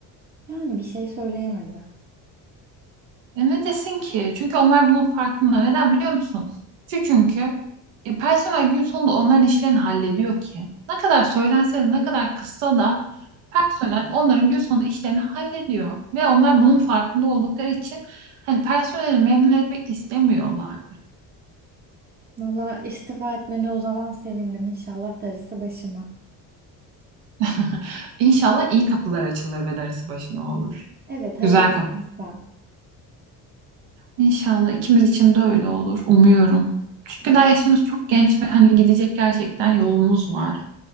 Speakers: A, on the right; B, on the right.
A: Yani bir şey söyleyemedi.
B: E ne desin ki? Çünkü onlar bunun farkında. Neden biliyor musun? Şu çünkü e, personel gün sonunda onların işlerini hallediyor ki. Ne kadar söylense de ne kadar kızsa da personel onların gün sonunda işlerini hallediyor. Ve onlar bunun farkında oldukları için hani personeli memnun etmek istemiyorlar.
A: Valla istifa etmene o zaman sevindim. İnşallah darısı başıma.
B: <laughs> İnşallah iyi kapılar açılır ve dersi başına olur.
A: Evet hayırlısıysa.
B: Güzel kapı. İnşallah ikimiz için de öyle olur. Umuyorum. Çünkü
A: Evet.
B: daha yaşımız çok genç ve hani gidecek gerçekten yolumuz var.